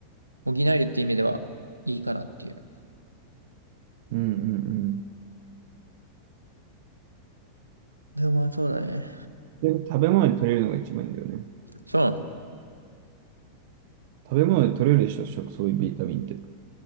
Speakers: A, on the right; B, on the right.
A: 補えるって意味ではいいかなっていう。
B: うんうんうん。
A: でもまあそうだね。
B: で、食べ物で取れるのが一番いいんだよね。
A: そう。
B: 食べ物で取れるでしょ、食、そういうビタミンって。